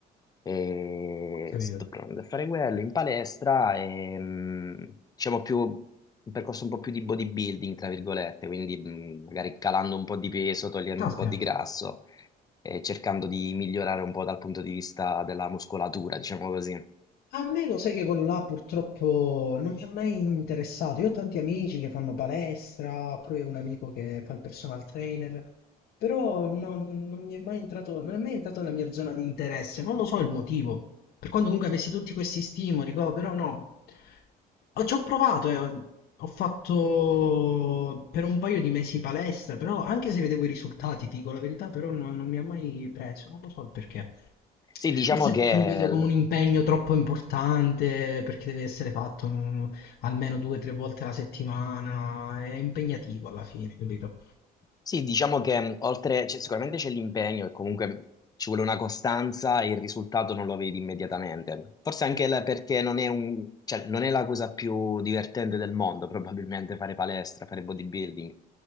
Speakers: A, on the left; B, on the left.
A: e
B: capito?
A: sto provando a fare quello in palestra e mm, diciamo più un percorso un po' più di bodybuilding, tra virgolette, quindi mm, magari calando un po' di peso, togliendo
B: Caspita.
A: un po' di grasso e cercando di migliorare un po' dal punto di vista della muscolatura, diciamo così.
B: A me lo sai che quello là purtroppo non mi ha mai interessato. Io ho tanti amici che fanno palestra, pure un amico che fa il personal trainer, però non, non mi è mai entrato, non è mai entrato nella mia zona di interesse. Non lo so il motivo. Per quanto comunque avessi tutti questi stimoli, co- però no. Ho- Ci ho provato, eh. Ho fatto per un paio di mesi palestra, però anche se vedevo i risultati, ti dico la verità, però non, non mi ha mai preso. Non lo so il perché.
A: Sì, diciamo
B: Forse
A: che
B: perché lo vedo
A: l-
B: come un impegno troppo importante, perché deve essere fatto mm, almeno due o tre volte alla settimana, è impegnativo alla fine, capito?
A: Sì, diciamo che mh, oltre, cioè, sicuramente c'è l'impegno e comunque ci vuole una costanza e il risultato non lo vedi immediatamente. Forse anche la- perché non è un- cioè, non è la cosa più divertente del mondo, probabilmente fare palestra, fare bodybuilding.